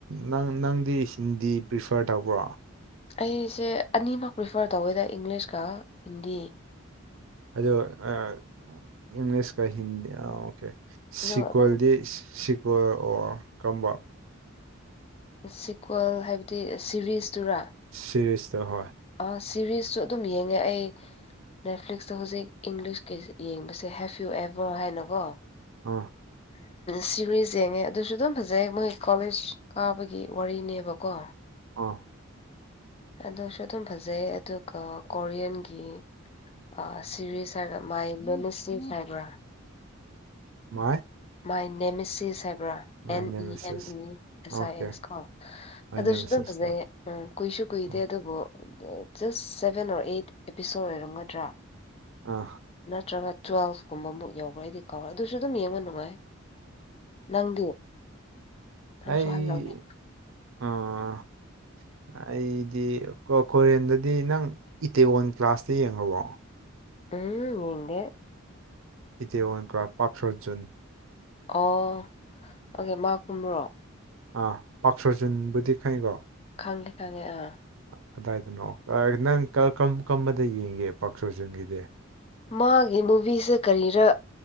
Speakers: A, on the right (about 70°); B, on the left (about 30°).
A: ꯅꯪ ꯅꯪꯗꯤ ꯍꯤꯟꯗꯤ ꯄ꯭ꯔꯤꯐꯥꯔ ꯇꯧꯕ꯭ꯔꯣ
B: ꯑꯩꯁꯦ ꯑꯅꯤꯃꯛ ꯄ꯭ꯔꯤꯐꯥꯔ ꯇꯧꯋꯦꯗ ꯏꯪꯂꯤꯁꯀ ꯍꯤꯟꯗꯤ
A: ꯑꯗꯨ ꯑ ꯏꯪꯂꯤꯁ ꯀ ꯍꯤꯟꯗꯤ ꯑ ꯑꯣꯀꯦ ꯁꯤꯀ꯭ꯋꯦꯜꯗꯤ
B: ꯑꯗꯣ ꯑꯗꯨꯝ
A: ꯁꯤꯀ꯭ꯋꯦꯜ ꯑꯣꯔ ꯀꯝꯕ
B: ꯁꯤꯀ꯭ꯋꯦꯜ ꯍꯥꯏꯕꯗꯤ ꯁꯤꯔꯤꯁꯇꯨꯔꯥ
A: ꯁꯤꯔꯤꯁꯇꯣ ꯍꯣꯏ
B: ꯑ ꯁꯤꯔꯤꯁꯇꯨ ꯑꯗꯨꯝ ꯌꯦꯡꯉꯦ ꯑꯩ ꯅꯦꯠꯐ꯭ꯂꯤꯛꯁꯇ ꯍꯧꯖꯤꯛ ꯏꯪꯂꯤꯁꯀꯤ ꯌꯦꯡꯕꯁꯦ ꯍꯦꯞ ꯌꯨ ꯑꯦꯕꯥꯔ ꯍꯥꯏꯅꯀꯣ
A: ꯑ
B: ꯁꯤꯔꯤꯖ ꯌꯦꯡꯉꯦ ꯑꯗꯨꯖꯨ ꯑꯗꯨꯝ ꯐꯖꯩ ꯃꯣꯏ ꯀꯣꯂꯦꯁ ꯀꯥꯕꯒꯤ ꯋꯥꯔꯤꯅꯦꯕꯀꯣ
A: ꯑꯥ
B: ꯑꯗꯨꯁꯨ ꯑꯗꯨꯝ ꯐꯖꯩ ꯑꯗꯨꯒ ꯀꯣꯔꯤꯌꯟꯒꯤ ꯑꯥ ꯁꯤꯔꯤꯖ ꯍꯥꯏꯔꯒ ꯃꯥꯏ <unintelligible> ꯍꯥꯏꯕ꯭ꯔ
A: ꯃꯥꯏ
B: ꯃꯥꯏ ꯅꯦꯃꯦꯁꯤꯁ ꯍꯥꯏꯕ꯭ꯔꯥ
A: my
B: and
A: name
B: E
A: is
B: M E ASI
A: okay
B: S ꯀꯣ
A: ꯑꯩꯅ
B: ꯑꯗꯨꯁꯨ
A: ꯃꯦꯁꯦꯁꯀꯣ
B: ꯑꯗꯨꯝ ꯐꯖꯩ ꯎꯝ ꯀꯨꯏꯁꯨ ꯀꯨꯏꯗꯦ
A: ꯑꯥ
B: ꯑꯗꯨꯕꯨ just seven or eight episode ꯑꯣꯏꯔꯝꯒꯗ꯭ꯔ
A: ꯑꯥ
B: ꯅꯠꯇ꯭ꯔꯒ ꯇꯨꯋꯦꯜꯐꯀꯨꯝꯕꯃꯨꯛ ꯌꯧꯕ꯭ꯔ ꯑꯩꯗꯤ ꯀꯥꯎꯔꯦ ꯑꯗꯨꯖꯨ ꯑꯗꯨꯝ ꯌꯦꯡꯕ ꯅꯨꯡꯉꯥꯏ ꯅꯪꯗꯤ ꯅꯪꯁꯨ
A: ꯑꯩ
B: ꯍꯥꯏꯈ꯭ꯔꯝꯅꯦ
A: ꯑꯥ ꯑꯩꯗꯤ ꯀꯣ ꯀꯣꯔꯤꯌꯟꯗꯗꯤ ꯅꯪ ꯏꯇꯦꯋꯟ ꯀ꯭ꯂꯥꯁꯇꯣ ꯌꯦꯡꯉꯕꯣ
B: ꯎꯝ ꯌꯦꯡꯗꯦ
A: ꯏꯇꯦꯋꯟ ꯀꯥꯜ꯭ꯛ ꯄꯥꯛ ꯁꯣꯖꯨꯟ
B: ꯑꯣ ꯑꯣꯀꯦ ꯃꯥ ꯀꯨꯝꯕ꯭ꯔꯣ
A: ꯑꯥ ꯄꯥꯛ ꯁꯣ ꯖꯨꯟꯕꯨꯗꯤ ꯈꯪꯉꯤꯀꯣ
B: ꯈꯪꯗꯤ ꯈꯪꯉꯦ ꯑꯥ
A: ꯀꯗꯥꯏꯗꯅꯣ ꯑꯩ ꯅꯪ ꯀ ꯀꯔꯝ ꯀꯔꯝꯕꯗ ꯌꯦꯡꯒꯦ ꯄꯥꯛ ꯁꯨꯖꯨꯟꯒꯤꯗꯤ
B: ꯃꯥꯒꯤ ꯃꯨꯚꯤꯁꯁꯦ ꯀꯔꯤꯔ